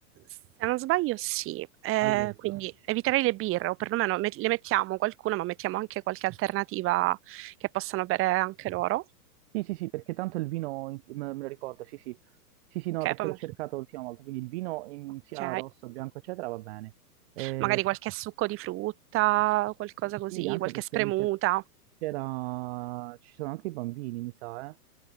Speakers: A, on the right; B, on the right.
A: Se non sbaglio, sì. Eh,
B: Allora,
A: quindi eviterei le birre, o perlomeno met- le mettiamo qualcuna, ma mettiamo anche qualche alternativa che possano bere anche loro.
B: sì, sì, sì, perché tanto il vino in- me me lo ricordo, sì, sì, sì, sì, no,
A: Ok,
B: perché
A: poi ma-
B: l'ho cercato l'ultima volta, quindi il vino in
A: ok.
B: sia rosso, bianco, eccetera, va bene. Eh,
A: Magari qualche succo di frutta, qualcosa
B: sì,
A: così,
B: anche
A: qualche
B: perché
A: spremuta.
B: mi sa c'era, ci sono anche i bambini, mi sa, eh.